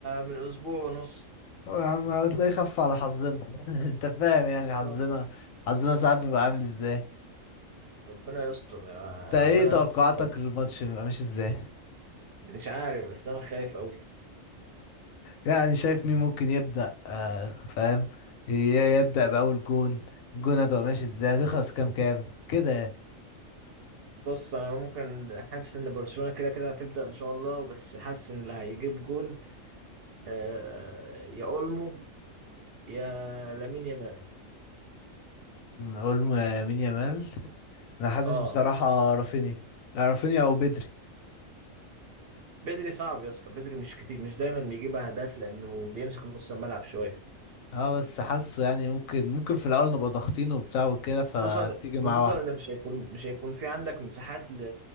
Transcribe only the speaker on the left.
هو يا عم هتلاقيه خف على حظنا <laughs> انت فاهم يعني
حظنا حظنا ساعات بيبقى عامل ازاي
انت ايه
توقعاتك
للماتش بيبقى ماشي ازاي
يعني شايف مين ممكن يبدأ آه فاهم ي- يبدأ بأول جون الجون هتبقى ماشي ازاي هتخلص كام كام كده يعني.
اولمو يا يمين يامال انا حاسس
بصراحة رافينيا يا رافينيا او بدري
اه بس حاسه يعني ممكن ممكن في الاول نبقى ضاغطين وبتاع وكده فتيجي
معاه
واحد